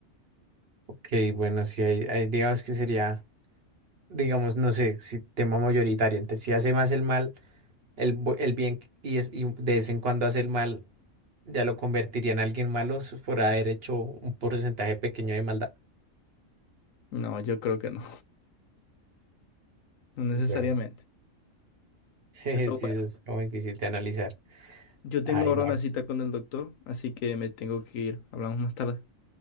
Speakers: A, on the right; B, on the left.
A: Ok, bueno, sí, hay, hay- digamos que sería, digamos, no sé, si tema mayoritario, entonces si hace más el mal, el, bu- el bien y, es, y de vez en cuando hace el mal, ya lo convertiría en alguien malo s- por haber hecho un porcentaje pequeño de maldad.
B: No, yo creo que no. no necesariamente.
A: Bueno, es- <laughs> sí,
B: Pero bueno,
A: eso es como difícil de analizar.
B: yo
A: Ay,
B: tengo ahora
A: no,
B: una cita
A: pues,
B: con el doctor, así que me tengo que ir. Hablamos más tarde.